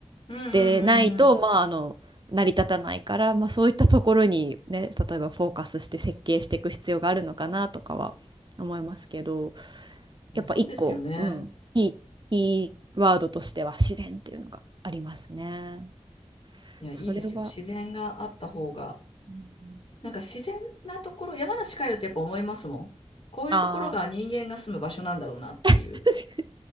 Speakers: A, on the left; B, on the right.
A: うん、うん、
B: でないと、
A: うん、うん。
B: まああの、成り立たないから、まあそういったところにね、例えばフォーカスして設計していく必要があるのかなとかは思いますけど、
A: いや、
B: やっぱ一個、
A: そうですよね。
B: うん、キー、キーワードとしては自然っていうのがありますね。
A: いや、
B: それは、
A: いいですよ。自然があった方が。
B: うん
A: なんか自然なところ、山梨帰るとやっぱ思いますもん。こういうところが人間が住む場所なんだろうなっていう。
B: ああ <laughs> 確かに。